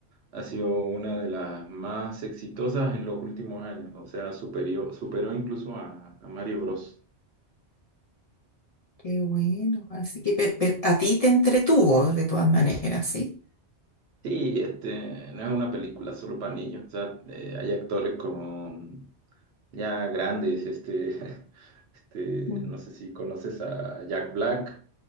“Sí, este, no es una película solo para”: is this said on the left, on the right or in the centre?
Right